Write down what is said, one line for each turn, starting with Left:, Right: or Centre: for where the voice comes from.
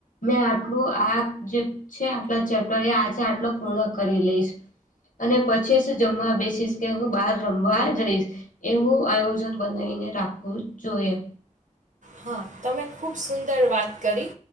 Left: મેં આટલું આ જે છે આટલા ચેપ્ટર આ છે આટલો પૂર્ણ કરી લઈશ અને પછીસ જમવા બેસીસ કે હું બહાર રમવા જઈશ એવું આયોજન બનાવીને રાખવું જોઈએ
Right: હા તમે ખૂબ સુંદર વાત કરી